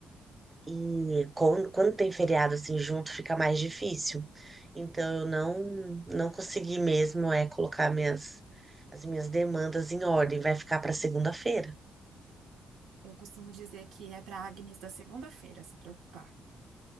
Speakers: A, on the right; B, on the right.
A: E quando, quando tem feriado assim junto, fica mais difícil. Então eu não não consegui mesmo é colocar minhas as minhas demandas em ordem, vai ficar para segunda-feira.
B: Eu costumo dizer que é pra Agnes da segunda-feira se preocupar.